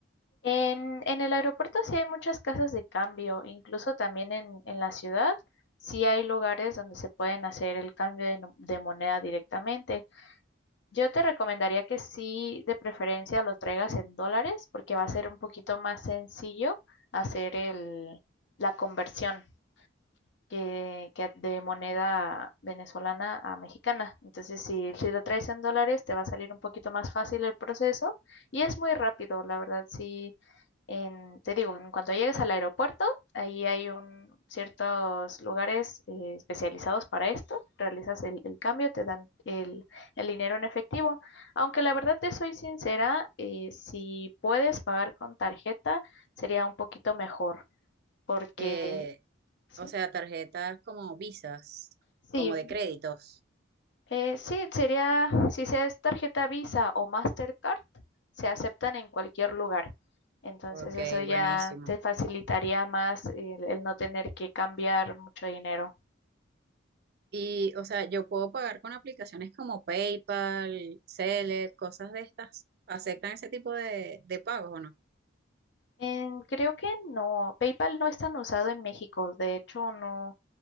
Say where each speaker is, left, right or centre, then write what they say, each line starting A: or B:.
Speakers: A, on the left; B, on the right.
A: En, en el aeropuerto sí hay muchas casas de cambio, incluso también en, en la ciudad sí hay lugares donde se pueden hacer el cambio de, no- de moneda directamente. Yo te recomendaría que sí, de preferencia, lo traigas en dólares porque va a ser un poquito más sencillo hacer el, la conversión. que, que de moneda venezolana a mexicana. Entonces, si, si lo traes en dólares, te va a salir un poquito más fácil el proceso y es muy rápido, la verdad. Sí, en- te digo, en cuanto llegues al aeropuerto, ahí hay un, ciertos lugares eh, especializados para esto. Realizas el, el cambio, te dan el, el dinero en efectivo. Aunque la verdad te soy sincera, eh, si puedes pagar con tarjeta, sería un poquito mejor porque...
B: Eh,
A: Sí,
B: o sea, tarjetas como visas,
A: Sí,
B: como de créditos.
A: Eh, sí, sería, si sea es tarjeta Visa o Mastercard, se aceptan en cualquier lugar. Entonces
B: Ok,
A: eso ya
B: buenísimo.
A: te facilitaría más el, el no tener que cambiar mucho dinero.
B: Y, o sea, yo puedo pagar con aplicaciones como PayPal, Zelle, cosas de estas. ¿Aceptan ese tipo de, de pagos o no?
A: Em, creo que no. PayPal no es tan usado en México. De hecho, no.